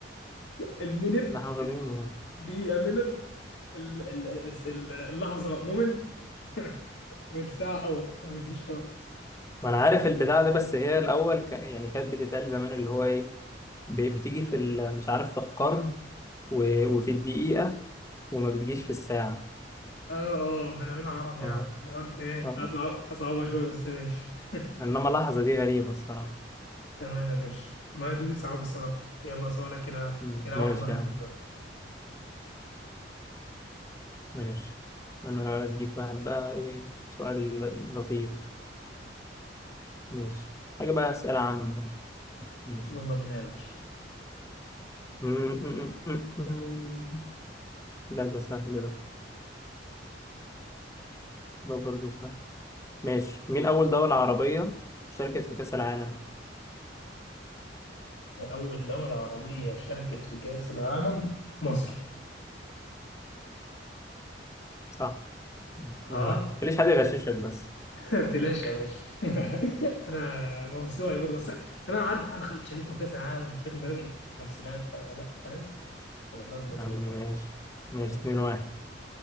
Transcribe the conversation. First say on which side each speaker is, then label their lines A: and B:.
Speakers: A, on the left; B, on the left.
A: المينت
B: لا احنا غاضبين
A: دقيقة مينت ال- ال- الس- ال- اللحظة مومنت <laughs> والساعة أور ما بتجيش خالص
B: ما انا عارف البتاع ده بس هي الاول ك... يعني كانت بتتقال زمان اللي هو ايه ب- بتيجي في ال... مش عارف في القرن و... وفي الدقيقة وما بتجيش في الساعة
A: اه اه بنعملها عربي
B: اه
A: يعني أنا قلت إيه
B: اه
A: أصعب أصعبها شوية بس ماشي <laughs>
B: انما لحظة دي غريبة الصراحة
A: تمام يا باشا ما دي صعب السؤال اكتر يلا سؤالك كده
B: مم.
A: كده
B: ماشي
A: واحد واحد
B: يا عم
A: لحد دلوقتي
B: ماشي انا اديك واحد بقى ايه سؤال لطيف ماشي حاجة بقى اسئلة عامة ماشي
A: يلا بينا يا باشا
B: مم، مم، مم، مم. لا ده سهل ده ده برضه سهل ماشي مين أول دولة عربية شاركت في كأس العالم؟
A: أول دولة عربية شاركت في كأس العالم مصر
B: صح مش اتنين
A: ها
B: واحد ليش حد يغششك بس
A: <laughs> بلاش يا باشا <laughs> انا ما هو سواي برضه بس انا عارف إن احنا خل- شاركنا في كاس العالم وشاركنا تقريبا في الخمسينات فلا فاهم جبناها من بدري
B: يا عم
A: والله.
B: ماشي ماشي
A: ماشي.
B: اتنين واحد